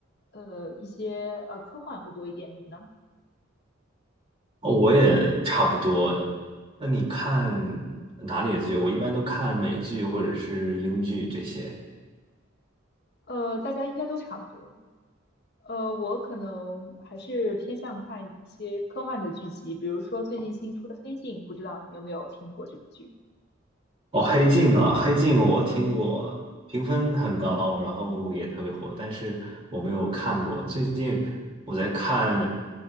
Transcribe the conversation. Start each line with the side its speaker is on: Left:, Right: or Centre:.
Left: 呃一些呃科幻会多一点，你呢？
Right: 哦，我也差不多啊。那你看哪里的剧？我一般都看美剧或者是英剧这些。
Left: 呃，大家应该都差不多。呃，我可能还是偏向看一些科幻的剧集，比如说最近新出的《黑镜》，不知道你有没有听过这部剧？
Right: 哦，黑镜啊，黑镜我听过，
Left: 嗯
Right: 评分很高，
Left: 嗯，
Right: 然后也特别火，但是我没有看过。最近我在看，